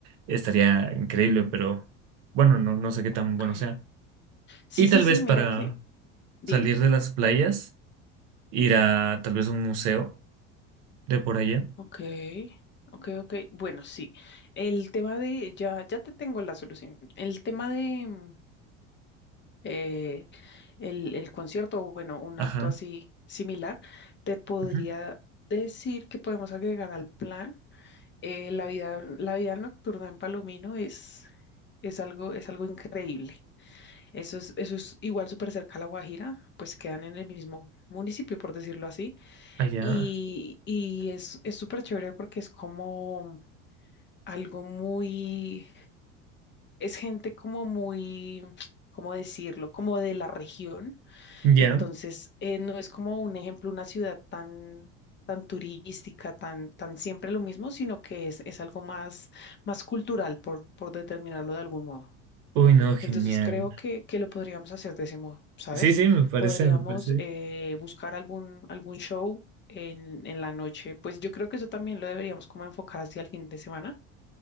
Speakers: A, on the right; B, on the left.
A: Estaría increíble, pero bueno, no, no sé qué tan
B: ok.
A: bueno sea.
B: Sí,
A: Y tal
B: sí, sí,
A: vez
B: mira
A: para
B: que, dime.
A: salir de las playas, ir a tal vez un museo de por allá.
B: Ok, ok, ok. Bueno, sí. El tema de, ya, ya te tengo la solución. El tema de mm, eh, el, el concierto, o bueno, un
A: Ajá.
B: acto así similar, te podría
A: ujú,
B: decir que podemos agregar al plan. eh, la vida, la vida nocturna en Palomino es, es algo, es algo increíble. Eso es, eso es igual súper cerca a La Guajira, pues quedan en el mismo municipio, por decirlo así.
A: Allá.
B: Y, y es, es súper chévere porque es como algo muy, es gente como muy, <tsk> ¿cómo decirlo? Como de la región.
A: Ya.
B: Entonces, eh, no es como un ejemplo, una ciudad tan, tan turística, tan, tan siempre lo mismo, sino que es, es algo más, más cultural, por, por determinarlo de algún modo.
A: Uy, no, genial.
B: Entonces, creo que, que lo podríamos hacer de ese modo, ¿sabes?
A: Sí, sí, me parece,
B: Podríamos
A: me parece.
B: eh, buscar algún, algún show. En, en la noche, pues yo creo que eso también lo deberíamos como enfocar hacia el fin de semana